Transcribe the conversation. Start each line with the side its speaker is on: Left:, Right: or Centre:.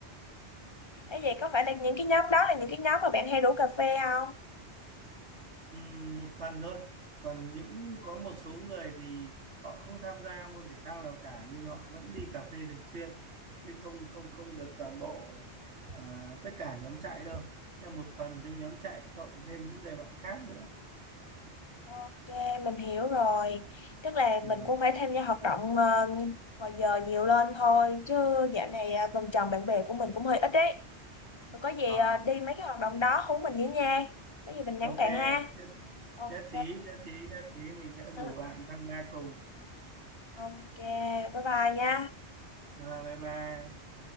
Left: Ê vậy có phải là những cái nhóm đó là những cái nhóm mà bạn hay rủ cà phê không?
Right: Ừm, một phần thôi còn những có một số người thì họ không tham gia môn thể thao nào cả nhưng họ vẫn đi cà phê thường xuyên chứ không không không được toàn bộ à, tất cả nhóm chạy đâu theo một phần trong nhóm chạy cộng thêm những người bạn khác nữa
Left: Ok, mình hiểu rồi. Tức là
Right: Ừm,
Left: mình cũng phải tham gia hoạt động ờ, ngoài giờ nhiều lên thôi. Chứ dạo này ờ, vòng tròn bạn bè của mình cũng hơi ít đấy. Rồi có gì
Right: à,
Left: ờ, đi mấy cái hoạt động đó hú mình với nha. Có gì mình nhắn
Right: ok
Left: bạn ha.
Right: nhất,
Left: Ok.
Right: nhất trí nhất trí nhất trí mình sẽ
Left: <laughs>
Right: rủ bạn tham gia cùng
Left: Ok, bye bye nha.
Right: à, bye bye